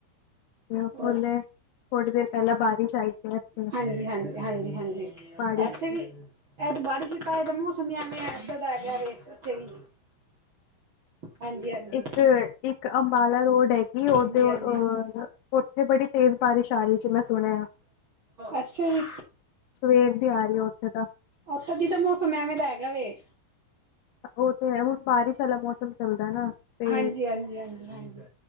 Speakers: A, on the left; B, on the right.
A: <unintelligible>
B: ਹੋਰ
A: ਥੋੜੀ ਦੇਰ ਪਹਿਲਾਂ ਬਾਰਿਸ਼ ਆਈ ਸੀ। ਇੱਥੇ
B: ਹਾਂਜੀ-ਹਾਂਜੀ, ਹਾਂਜੀ-ਹਾਂਜੀ,
A: ਮਾੜੀ
B: ਇੱਥੇ
A: ਜੀ।
B: ਵੀ ਏਹ ਬਾਰਿਸ਼ ਤਾਂ ਇਹ ਤਾਂ ਮੌਸਮ ਈਂ ਇਵੇਂ ਐਂ, ਏਦਾ ਦਾ ਹੈਗਾ ਵੇਖ ਉਥੇ ਵੀ ਹਾਂਜੀ ਹਾਂਜੀ
A: ਇੱਕ, ਇੱਕ ਅੰਬਾਲਾ ਰੋਡ ਕਿ <unintelligible>
B: ਹਾਂਜੀ ਹਾਂਜੀ
A: ਉੱਥੇ ਬੜੀ ਤੇਜ਼ ਬਾਰਿਸ਼ ਆ ਰਹੀ ਸੀ। ਮੈਂ ਸੁਣਿਆ <inaudible>
B: ਅੱਛਾ ਜੀ
A: ਸਵੇਰ ਦੀ ਆ ਰਹੀ ਉੱਥੇ ਤਾਂ।
B: ਉੱਥੋਂ ਦੀ ਤਾਂ ਮੌਸਮ ਐਵੇਂ ਦਾ ਹੈਗਾ ਵੇ
A: ਉਹ ਤੇ ਹੈ ਹੁਣ ਬਾਰਿਸ਼ ਆਲਾ ਮੌਸਮ ਚੱਲਦਾ ਨਾ। ਤੇ
B: ਹਾਂਜੀ-ਹਾਂਜੀ, ਹਾਂਜੀ-ਹਾਂਜੀ,